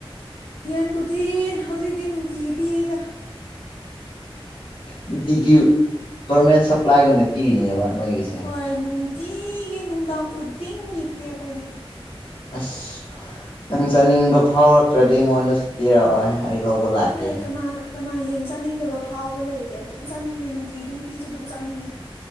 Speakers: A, on the left (about 85°); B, on the left (about 60°).
A: ꯌꯦꯟꯕꯨꯗꯤ ꯍꯧꯖꯤꯛꯇꯤ ꯅꯨꯡꯇꯤꯒꯤ ꯄꯤꯌꯦꯗ
B: ꯅꯨꯡꯇꯤꯒꯤ ꯒꯣꯔꯃꯦꯟ ꯁꯄ꯭ꯂꯥꯏꯒꯨꯝꯅ ꯄꯤꯔꯤꯅꯦꯕ ꯅꯣꯏꯒꯤꯁꯦ
A: ꯍꯣꯏ ꯅꯨꯡꯇꯤꯒꯤ ꯅꯨꯡꯗꯥꯡ ꯈꯨꯗꯤꯡꯒꯤ ꯄꯤꯌꯦ ꯑꯩꯈꯣꯏꯗꯤ
B: ꯑꯁ ꯅꯪ ꯆꯥꯅꯤꯡꯕ ꯐꯥꯎꯔꯛꯇ꯭ꯔꯗꯤ ꯑꯩꯉꯣꯟꯗ ꯄꯤꯔꯛꯑꯣ ꯑꯩ ꯂꯧꯕ ꯂꯥꯛꯀꯦꯍꯦ
A: ꯍꯦ ꯀꯅꯥ ꯀꯅꯥ ꯌꯦꯟ ꯆꯥꯅꯤꯡꯗꯕ ꯐꯥꯎꯕ ꯂꯩꯒꯦ ꯑꯗꯨꯝ ꯆꯥꯅꯤꯡꯉꯦ ꯅꯨꯡꯇꯤ ꯑꯗꯨꯝ ꯄꯤꯁꯨ ꯑꯗꯨꯝ ꯆꯥꯅꯤꯡꯉꯦ